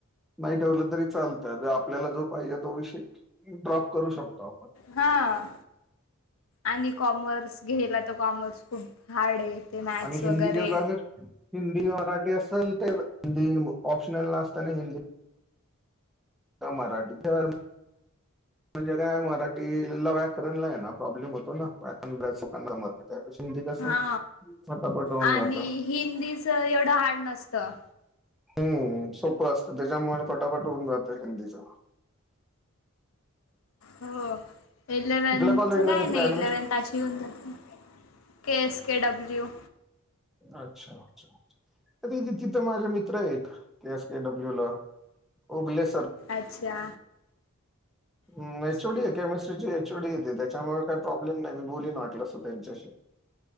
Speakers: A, in the centre; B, on the left.
A: नाही ठेवलं तरी चालतं आपल्याला जो पाहिजे तो विषय ड्रॉप करू शकतो. आपण
B: हा. आणि कॉमर्स घ्यायला तर कॉमर्स खूप हार्ड आहे. ते मॅथ्स
A: आणि हिंदीच्या
B: वगैरे
A: हिंदी मराठी असेल ते हिंदी ऑप्शनल न असताना हिंदी. का मराठीच्यार? म्हणजे काय? मराठीला व्याकरण ला आहे ना, प्रॉब्लेम होतो ना व्याकरणभ्यासोकांना मत नाही.. त्याप त कस
B: हा
A: फटापट होऊन
B: आणि
A: जात.
B: हिंदीच एवढं हार्ड नसतं.
A: हम्म सोप असतं त्याच्यामुळे फटाफट होऊन जातं हिंदीच.
B: हो. इलेवन्थच
A: कुठल्या कॉलेजला
B: काय
A: घेतलं
B: नाही
A: ऍडमिशन
B: इलेवन्थ अशी होऊन जाते. के एस के डब्ल्यू..
A: अच्छा अच्छा. थ तिथं माझे मित्र एक के एस के डब्ल्यू ला उगले.
B: अच्छा.
A: हम
B: अच्छा
A: एचओडी आहे केमिस्ट्रीची एचओडी येते त्याच्यामुळे काही प्रॉब्लेम नाही मी बोलीन वाटलास त्यांच्याशी.